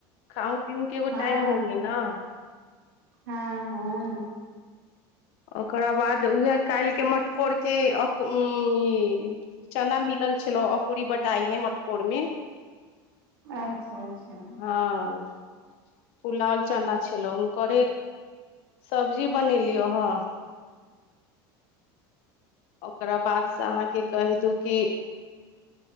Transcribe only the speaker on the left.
खाउ पीउ केगो
टाइम होए
न।
ओकरा बाद उएह काल्हिके मटकोरके ई चना मिलल छेलौ अकुरी बटाई है मटकोर में
हँ पुलाल चना छेलौ हुनकरे सब्जी बनेलियौ हँ ओकरा बाद से अहाँके कहि दू की